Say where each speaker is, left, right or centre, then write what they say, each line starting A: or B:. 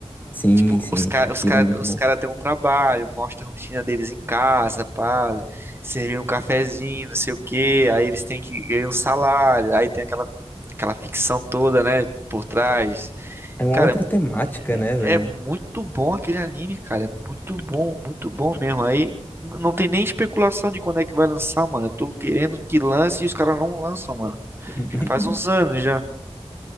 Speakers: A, on the left; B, on the right.
A: Sim,
B: Tipo,
A: sim,
B: os caras
A: aquilo
B: os cara,
A: é muito
B: os
A: bom.
B: cara têm um trabalho, mostra a rotina deles em casa, pá, servir um cafezinho, não sei o quê, aí eles têm que ganhar um salário, aí tem aquela, aquela ficção toda, né, por trás.
A: É uma
B: Cara,
A: outra
B: é, mu-
A: temática, né,
B: é
A: velho?
B: muito bom aquele anime, cara, é muito bom, muito bom mesmo. Aí n- não tem nem especulação de quando é que vai lançar, mano. Eu tô querendo que lance e os caras não lançam, mano.
A: <laughs>
B: Já faz uns anos já.